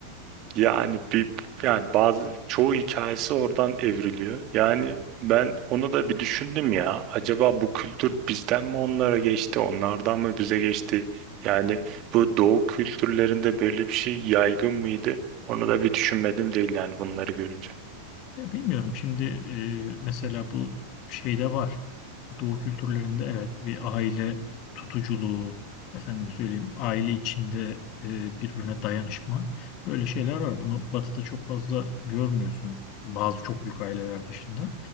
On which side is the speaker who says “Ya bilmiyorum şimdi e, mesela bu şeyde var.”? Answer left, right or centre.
Left